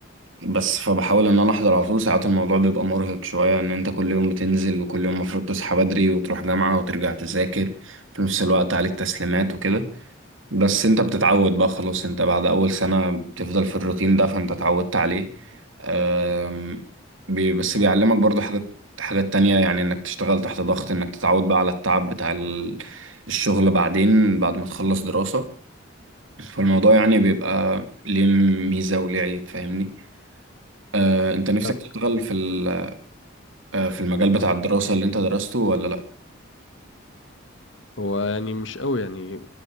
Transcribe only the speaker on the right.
بس فبحاول ان انا احضر على طول ساعات الموضوع بيبقى مرهق شوية ان انت كل يوم بتنزل وكل يوم المفروض تصحى بدري وتروح جامعة وترجع تذاكر في نفس الوقت عليك تسليمات وكده بس انت بتتعود بقى خلاص انت بعد اول سنة بتفضل في الروتين ده فانت اتعودت عليه أم، بي بس بيعلمك برضو حاجات حاجات تانية يعني انك تشتغل تحت ضغط انك تتعود بقى على التعب بتاع ال- الشغل بعدين بعد ما تخلص دراسة فالموضوع يعني بيبقى ليه ميزة وليه عيب فاهمني أه، انت نفسك
تشتغل في ال- أه، في المجال بتاع الدراسة اللي انت درسته ولا لا